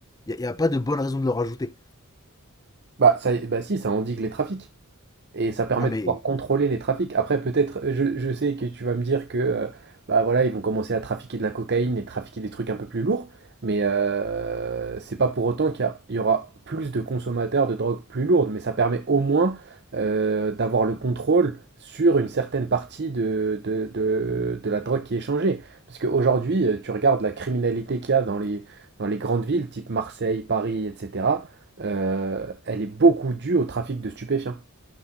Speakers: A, on the left; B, on the right.
A: il n'y a, a pas de bonne raison de le rajouter.
B: Bah, ça, bah si, ça endigue les trafics. Et ça permet
A: Non mais,
B: de pouvoir contrôler les trafics. Après, peut-être, je, je sais que tu vas me dire que euh, bah voilà, ils vont commencer à trafiquer de la cocaïne et trafiquer des trucs un peu plus lourds, mais euh, c'est pas pour autant qu'il y, a- il y aura plus de consommateurs de drogues plus lourdes, mais ça permet au moins euh, d'avoir le contrôle sur une certaine partie de, de, de- de la drogue qui est échangée. Parce qu'aujourd'hui, euh, tu regardes la criminalité qu'il y a dans les, dans les grandes villes, type Marseille, Paris, etc., euh, elle est beaucoup due au trafic de stupéfiants.